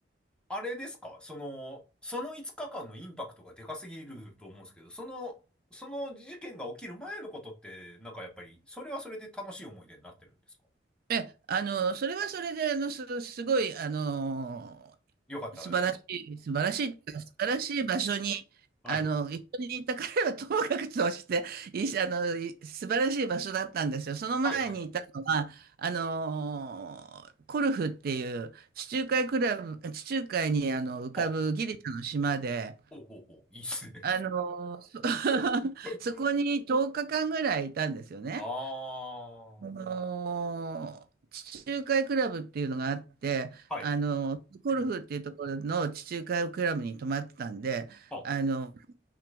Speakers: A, in the centre; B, on the right.
A: あれですかその、その5日間のインパクトがでかすぎると思うんですけど、その、その事件が起きる前のことって、なんかやっぱり、それはそれで楽しい思い出になってるんですか
B: え、あの、それはそれで、あの、す、すごい、あの、
A: よかった。
B: 素晴らしい、
A: <laughs>
B: 素晴らしい、素晴らしい場所に、
A: はい。
B: あの、一緒にいた彼はともかくとして、いい、あの、い素晴らしい場所だったんですよ。その前にいたのは、
A: はいはいはい。
B: あの、コルフっていう地中海クラブ、地中海にあの浮かぶギリシャの島で、
A: あ、ほうほうほう。いいっすね。
B: あの、そ、<laughs>
A: <laughs>
B: そこに10日間ぐらいいたんですよね。
A: あ
B: あのー地中海クラブっていうのがあって、
A: あ、はい。
B: あの、ゴルフっていうところの地中海クラブに泊まってたんで、
A: <clears throat> あ、
B: あの、